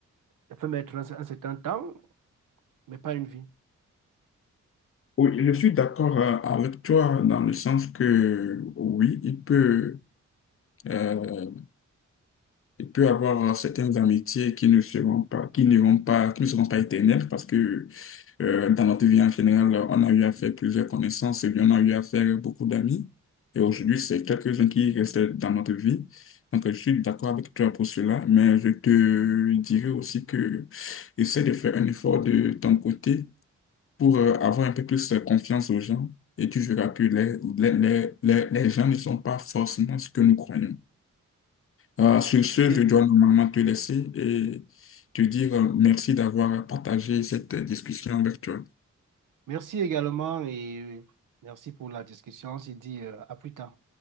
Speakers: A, on the right (about 85°); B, on the left (about 45°).
A: ça peut mettre un, un certain temps, mais pas une vie.
B: Oui, je suis d'accord euh, avec toi dans le sens que oui, il peut. euh, Il peut y avoir euh, certaines amitiés qui ne seront pas, qui ne vont pas, qui ne seront pas éternelles parce que euh, dans notre vie en général, on a eu à faire plusieurs connaissances et puis on a eu à faire beaucoup d'amis. Et aujourd'hui, c'est quelques-uns qui restent dans notre vie. Donc, je suis d'accord avec toi pour cela, mais je te dirais aussi que essaie de faire un effort de ton côté pour euh, avoir un peu plus euh, confiance aux gens et tu verras que les, les, les, les les gens ne sont pas forcément ce que nous croyons. Euh, sur ce,
A: Ok.
B: je dois normalement te laisser et te dire euh, merci d'avoir partagé cette discussion virtuelle.
A: Merci également et merci pour la discussion. On se dit euh, à plus tard.